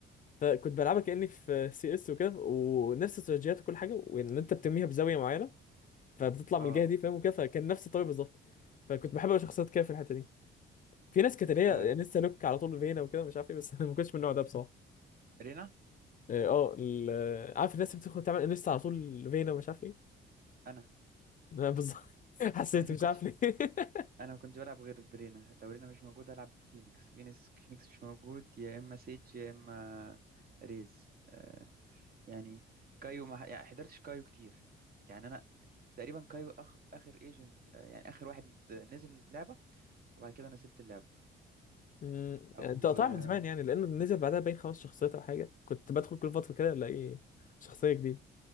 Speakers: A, on the left; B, on the right.
A: فكنت بلعبها كاني في سي اس وكده ونفس استراتيجيات وكل حاجه وان انت بترميها بزاويه معينه فبتطلع من
B: اه,
A: الجهه دي فاهم وكده فكان نفس الطريقه بالظبط فكنت بحب أوي شخصيات كده في الحته دي في ناس كانت اللي هي
B: آه.
A: لسه لوك على طول فينا وكده مش عارف ايه بس <laughs> انا ما كنتش من النوع ده بصراحه
B: رينا
A: اه آه، ال- عارف الناس اللي بتدخل تعمل لسه على طول فينا ومش عارف ايه
B: انا
A: أنا بالظبط <laughs> حسيت
B: انا
A: مش
B: كنت
A: عارف ليه <laughs>
B: انا ما كنتش بلعب غير برينا لو رينا مش موجود العب فينيكس فينيكس فينيكس مش موجود يا اما سيج يا اما ريز آه. يعني كايو ما يعني حضرتش كايو كتير يعني انا تقريبا كايو أخ... اخر ايجنت آه. يعني اخر واحد نزل اللعبة وبعد كده انا سبت اللعبة
A: أمم،
B: او
A: انت قطعت
B: آه.
A: من زمان يعني لانه نزل بعدها باين خمس شخصيات او حاجه كنت بدخل كل فتره كده الاقي شخصيه جديده